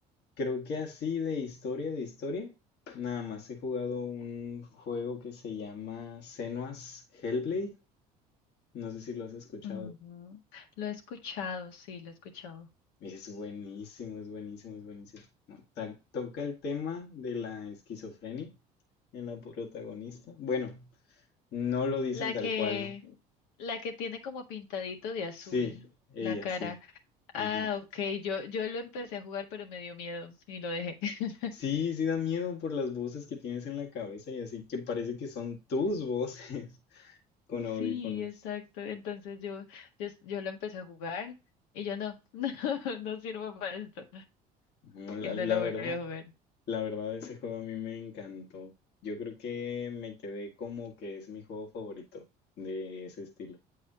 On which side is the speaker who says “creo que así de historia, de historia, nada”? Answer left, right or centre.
Left